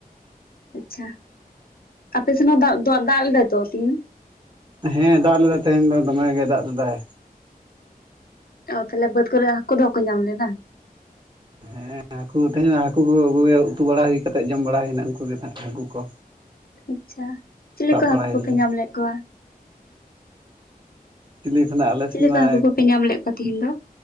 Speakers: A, on the left (about 75°); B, on the right (about 30°).
A: ᱟᱪᱪᱷᱟ᱾ ᱟᱯᱮ ᱥᱮᱱ ᱦᱚᱸ ᱫᱟᱜ ᱫᱚ ᱫᱟᱜ ᱞᱮᱫᱟᱭ ᱛᱚ ᱛᱤᱦᱤᱱ?
B: ᱦᱮᱸ ᱫᱟᱜ ᱞᱮᱫᱟᱭ ᱛᱮᱦᱮᱧ ᱫᱚ ᱫᱚᱢᱮ ᱜᱮᱭ ᱫᱟᱜ ᱞᱮᱫᱟᱭ᱾
A: ᱟ ᱛᱟᱦᱚᱞᱮ ᱵᱟᱹᱫᱽ ᱠᱚᱨᱮ ᱦᱟᱹᱠᱳ ᱫᱚ ᱵᱟᱠᱚ ᱧᱟᱢ ᱞᱮᱱᱟ᱾
B: ᱦᱮᱸ ᱦᱟᱹᱠᱩ ᱛᱮᱦᱮᱧ ᱦᱟᱹᱠᱩ ᱠᱚ ᱩᱛᱩ ᱵᱟᱲᱟ ᱦᱩᱭ ᱠᱟᱛᱮᱜ, ᱡᱚᱢ ᱵᱟᱲᱟ ᱦᱩᱭᱱᱟ ᱩᱱᱠᱩ ᱜᱮ ᱱᱟᱜ ᱦᱟᱹᱠᱩ ᱠᱚ᱾
A: ᱟᱪᱪᱷᱟ ᱪᱤᱞᱤ
B: ᱥᱟᱵ
A: ᱠᱚ
B: ᱵᱟᱲᱟ
A: ᱦᱟᱹᱠᱩ
B: ᱦᱩᱭ
A: ᱠᱚᱯᱮ
B: ᱞᱮᱱᱟ
A: ᱧᱟᱢ ᱞᱮᱜ ᱠᱚᱣᱟ?
B: ᱪᱤᱞᱤ ᱠᱷᱚᱱᱟᱜ ᱟᱞᱮ
A: ᱪᱤᱞᱤ
B: ᱥᱮᱱᱢᱟ
A: ᱠᱚ ᱦᱟᱹᱠᱩ ᱠᱚᱯᱮ ᱧᱟᱢ ᱞᱮᱫ ᱠᱚᱣᱟ ᱛᱤᱦᱤᱧ ᱫᱚ